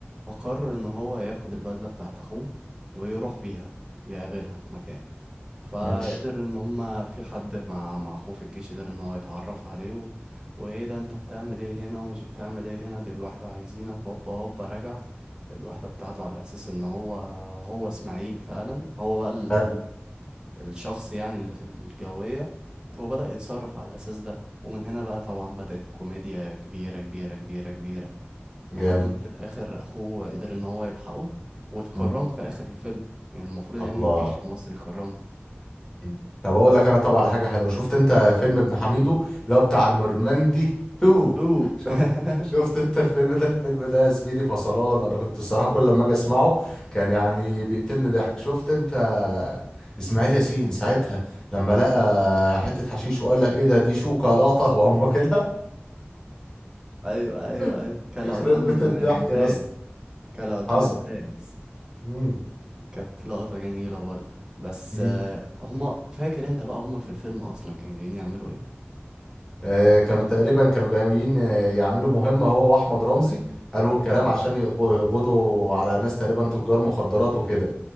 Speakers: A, on the right; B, on the left.
A: فقرر إن هو ياخد البدلة بتاعت أخوه ويروح بيها يقابلها في مكان فقدر
B: ماشي
A: إن هما في حد مع مع أخوه في الجيش قدر إن هو يتعرف عليه و... وإيه ده أنت بتعمل إيه هنا ومش بتعمل إيه هنا دي الواحدة عايزينك هوبا هوبا رجع الواحدة بتاعته على أساس إن هو هو إسماعيل فعلا هو بقى
B: حلو
A: الشخص يعني اللي في الجوية وبدأ يتصرف على الأساس ده ومن هنا بقى طبعا بدأت كوميديا كبيرة كبيرة كبيرة كبيرة لحد
B: جامد
A: ما في الآخر أخوه قدر إن هو يلحقه واتكرم
B: مم.
A: في آخر الفيلم يعني المفروض
B: الله
A: يعني الجيش المصري كرمه
B: مم. طب اقول لك انا طبعا على حاجه حلوه شفت انت فيلم ابن حميدو اللي هو بتاع النورماندي <laughs> 2
A: تو
B: شفت
A: <laughs>
B: شفت انت الفيلم ده الفيلم ده يا زميلي فصلان انا كنت الصراحه كل لما اجي اسمعه كان يعني بيقتلني ضحك شفت انت اسماعيل ياسين ساعتها لما لقى حته حشيش وقال لك ايه ده دي شوكولاته وقام واكلها
A: أيوه أيوه
B: <laughs>
A: أيوه كلا
B: يخرب
A: قدام
B: بيت الضحك
A: الباز
B: يا اسطى
A: كلا قدام
B: حصل
A: الباز
B: مم.
A: كانت لقطة جميلة برضه بس
B: مم.
A: آه، هما فاكر انت بقى هما في الفيلم اصلا كانوا جايين يعملوا ايه
B: آه، كانوا تقريبا كانوا جايين آه، يعملوا مهمة هو وأحمد رمزي قالوا
A: جدع
B: الكلام عشان يقبضوا يقبضوا على ناس تقريبا تجار مخدرات وكده